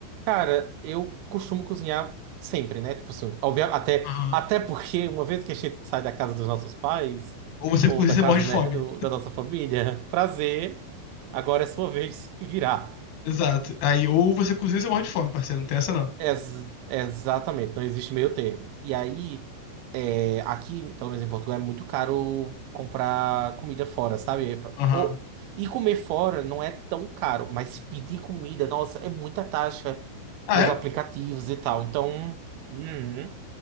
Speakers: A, on the right; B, on the left.
A: Cara, eu costumo cozinhar sempre, né? Tipo assim, obvia- até,
B: Aham.
A: até porque uma vez que a gente sai da casa dos nossos pais,
B: Ou você
A: ou
B: cozinha
A: da
B: e você
A: casa,
B: morre de fome.
A: né, do- da nossa família, <laughs> prazer, agora é sua vez de se virar.
B: Exato. Aí, ou você cozinha e você morre de fome, parceiro. Não tem essa, não.
A: Ex- exatamente, não existe meio termo. E aí, é, aqui, pelo menos em Portugal, é muito caro comprar comida fora, sabe? É
B: Aham.
A: Ou, e comer fora não é tão caro, mas pedir comida, nossa, é muita taxa
B: Ah,
A: nos
B: é?
A: aplicativos e tal. Então, uhum.